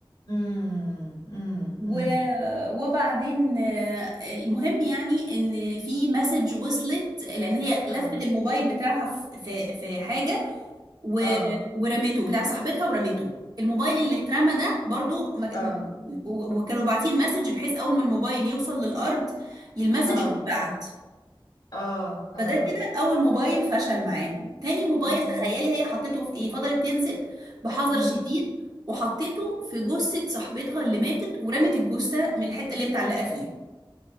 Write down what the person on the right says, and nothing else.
و...
وبعدين آه، المهم يعني ان في مسج وصلت لان هي لفت
الموبايل بتاعها في في في حاجه و...
ورمته بتاع صاحبتها ورمته الموبايل اللي اترمى ده برضو مج...
م- و- وكانوا باعتين مسج بحيث اول ما الموبايل يوصل للارض المسج
تتبعت
فده كده اول موبايل فشل معاهم تاني موبايل
تخيلي هي حطيته في ايه فضلت تنزل بحذر
شديد وحطيته في جثة صاحبتها اللي ماتت ورمت الجثة
من الحتة اللي هي متعلقة فيها